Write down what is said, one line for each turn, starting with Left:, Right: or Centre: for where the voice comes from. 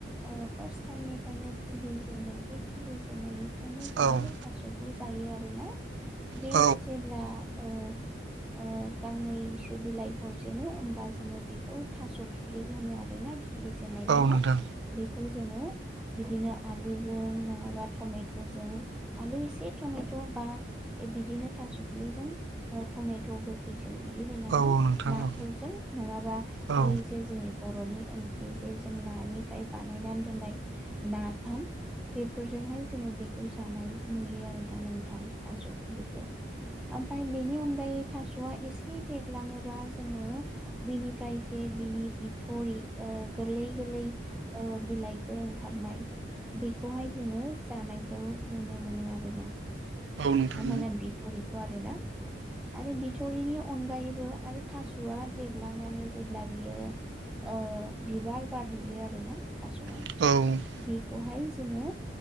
Centre: ओ फार्स्ट टाइमनिफ्रायनो खिलि जेनो बे खिलि जेनन्नायनिफ्रायनो जोङो
Right: औ
Centre: थास' खौ जायो आरोना । बे
Right: औ
Centre: जेब्ला ओ ओ गांनैसो बिलाइ हर जेनो होमबा जोङो बेखौ थास' खिलि होनो आरोना खिलि जेननाय
Right: औ
Centre: नालाय
Right: नोंथां
Centre: । बेखौ जों ङो बिदिनो आलुजों नङाबा टमेट'जों आलु एसे टमेट' बा बा बिदिनो थास' खिलिजों‌ ओ टमेट' गोखैजों बिदि होनानै
Right: औ औ नोंथां औ नोंथां औ नोंथां औ नोंथां औ
Centre: ना
Right: नोंथां औ
Centre: फोरजों नङाबा
Right: जायो औ
Centre: बै जे जोंनि बर'नि ओंख्रि जे जों नानिफ्राय बानायनानै दोननाय नाफाम बेफोरजोंहाय जोङो बेखौ जानाय नुयो आरो दा नोंथां। थास' खि लिखौ ओमफ्राय बेनि अनगायै थास'आ एसे देरलाङोबा जोङो बिनिफ्राय जे बिनि बिथ'रि ओ गोरलै-गोरलै ओ बि बिलाइफोर ओंखारनाय बेखौहाय जोङो जानायखौ नुनो मोनो आरोना।
Right: नोंथां
Centre: माने बिथ'रिखौ आरोना आरो बिथ'रिनि अनगायैबो आरो थास'वा देरलांनानै जेब्ला बियो ओ बिबार बारहैयो आरो ना थास'आ
Right: औ
Centre: बेखौहाय जोङो